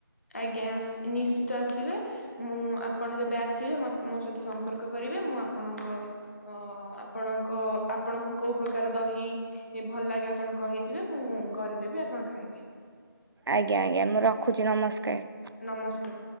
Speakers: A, on the left; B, on the right.
A: ଆଜ୍ଞା ଆସ ନିଶ୍ଚିତ ଆସିବେ ମୁଁ ଆପଣ ଯେବେ ଆସିବେ ମ ମୋ ସହିତ ସମ୍ପର୍କ କରିବେ। ଏ, ମୁଁ ଆପଣଙ୍କ ଅ, ଆପଣଙ୍କ ଆପଣଙ୍କୁ କୋଉ ପ୍ରକାର ଦହି ଏ ଭଲ <unintelligible> ଆପଣ କହିଯିବେ ମୁଁ କରିଦେବି ଆପଣ ଖାଇବେ।
B: ଆଜ୍ଞା, ଆଜ୍ଞା ମୁଁ ରଖୁଚି ନମସ୍କାର।
A: ନମସ୍କାର।